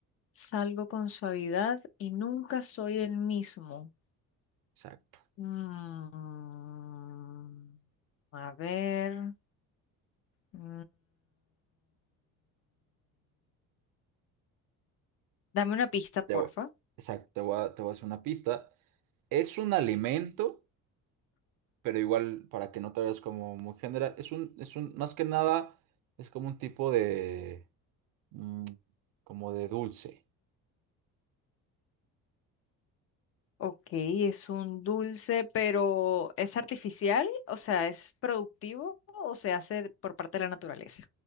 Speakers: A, on the left (about 45°); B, on the right (about 75°).
A: salgo con suavidad y nunca soy el mismo.
B: Exacto.
A: Mm, a ver. Mm, Dame una pista, porfa.
B: Te voy- exacto, te voy a, te voy a hacer una pista. Es un alimento, pero igual para que no te veas como muy general, es un, es un, más que nada, es como un tipo de, mm, como de dulce.
A: Ok, es un dulce, pero ¿es artificial? O sea, ¿es productivo o se hace por parte de la naturaleza?